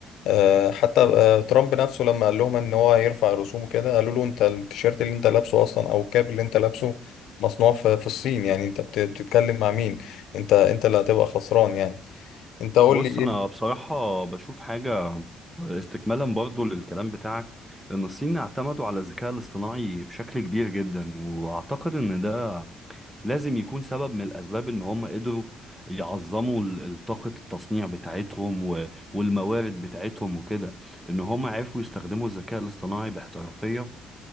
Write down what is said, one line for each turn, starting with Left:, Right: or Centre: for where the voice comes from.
Left: آه، حتى آه، ترامب نفسه لما قال لهم إن هو يرفع الرسوم وكده قالوا له أنت التيشيرت اللي أنت لابسه أصلا أو الكاب اللي أنت لابسه مصنوع في في الصين يعني أنت بت- بتتكلم مع مين أنت أنت اللي هتبقى خسران يعني أنت قول
Centre: بص
Left: لي إيه
Centre: انا بصراحة بشوف حاجة استكمالا برضو للكلام بتاعك ان الصين اعتمدوا على الذكاء الاصطناعي بشكل كبير جدا واعتقد ان ده لازم يكون سبب من الاسباب ان هم قدروا يعظموا ال- ال- طاقة التصنيع بتاعتهم و- والموارد بتاعتهم وكده ان هم عرفوا يستخدموا الذكاء الاصطناعي باحترافية